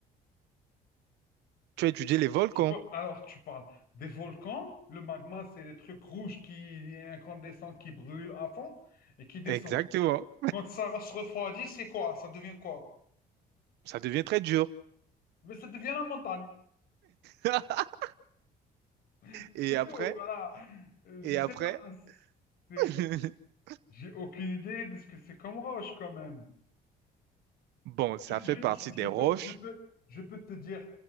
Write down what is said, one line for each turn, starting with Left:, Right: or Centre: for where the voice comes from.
Right: Tu as étudié les volcans.
Left: Tu par- Alors, tu parles des volcans. Le magma, c'est les trucs rouges qui incandescents, qui brûlent à fond et qui descendent.
Right: Exactement.
Left: Quand ça se refroidit, c'est quoi? Ça devient quoi?
Right: Ça devient très dur.
Left: Mais ça devient la montagne.
Right: <laughs>
Left: <laughs> C'est
Right: Et après,
Left: tout, voilà. Euh, Je
Right: et
Left: sais
Right: après,
Left: pas. C'est
Right: <laughs>
Left: J'ai aucune idée de ce que c'est comme roche quand même.
Right: bon, ça
Left: Je,
Right: fait
Left: je-
Right: partie
Left: je- je
Right: des
Left: peux,
Right: roches.
Left: je peux, je peux te dire